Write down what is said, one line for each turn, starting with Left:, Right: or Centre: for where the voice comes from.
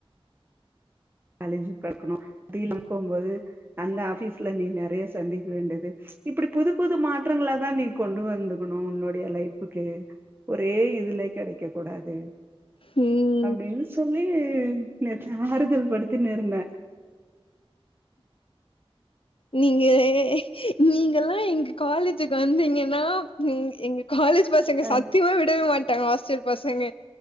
Right: காலேஜு பாக்கணு தீல் அனுப்புமோது அந்த ஆபிஸ்ல நீ நெறையா சந்திக்க வேண்டிது இப்புடி புது புது மாற்றங்குளாதா நீ கொண்டு வந்துக்குணு உன்னுடைய லைப்புக்கு ஒரே இதுல கெடைக்க கூடாது
Left: ம்
Right: அப்டீனு சொல்லி நேத்து ஆறுதல் படுத்தின்னிருந்த
Left: நீங்க நீங்கல்லா எங்க காலேஜுக் வந்தீங்கனா ம் எங்க காலேஜ் பசங்க
Right: அ
Left: சத்திமா விடவே மாட்டாங்க ஹாஸ்டல் பசங்க